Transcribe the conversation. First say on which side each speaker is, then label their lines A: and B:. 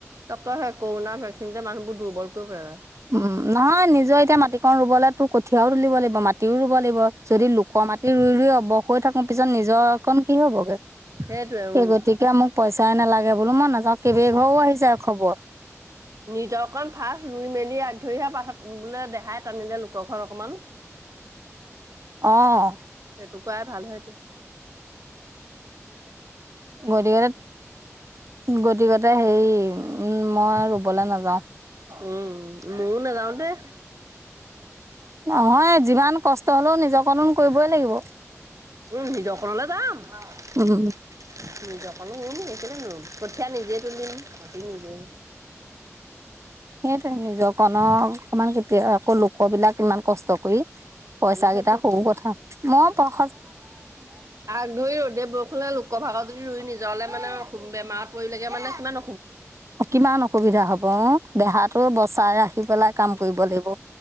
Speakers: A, on the right (about 80°); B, on the right (about 65°).
A: তে কৰোণাৰ ভেকচিন যে মানুহবোৰ দুৰ্বল কৰি পেলালে
B: উম নহয় নিজৰ তেতিয়া মাটিকন ৰুবলে তোৰ কঠিয়াও তুলিব লাগিব মাটিও ৰুব লাগিব যদি লোক মাটি ৰুই ৰুই অৱস হৈ থাকো ত পিছত নিজৰ অকণ কি হ'বগৈ। সেই
A: সেইটোৱে উম
B: গতিকে মোক পইচাই নালাগে বোলো মই নাযাওঁ কেইবঘৰও আহিছে আৰু খবৰ।
A: নিজৰ অকণ ফাৰ্ষ্ট ৰুই মেলি আগ ধৰিহে পঠত বোলে দেহাই টানিলে লোকখন অকমান <inaudible>
B: অ'।
A: তো কৰাই ভাল হয় তোৰ।
B: <unintelligible> গতিকে তাৰ সেই উম মই ৰুবলৈ নাযাওঁ।
A: উম, ময়ো নাযাওঁ দে।
B: নহয় যিমান কষ্ট হ'লেও নিজকন কৰিবই লাগিব।
A: উম নিজৰখনলে যাম নিজৰখনত
B: উম
A: ৰুম গেলেই নুৰুম। কঠিয়া নিজে তুলিম মাতি নিজে
B: সেইয়টো নিজৰ কণৰ অকমান কেতিয়া আকৌ লোকবলাক ইমান কষ্ট কৰি পইচা
A: উম সেইটোৱে
B: কেইটা সৰু কথা মই পাওঁ।
A: আগ ধৰি ৰ'দে বৰষুণে লোকৰ ভাগতদি ৰুই নিজৰলে মানে বেমাৰত পৰিলেগে মানে সিমান
B: কিমান অসুবিধা হব দেহাটো বচাই ৰাখি পেলাই কাম কৰিব লাগিব।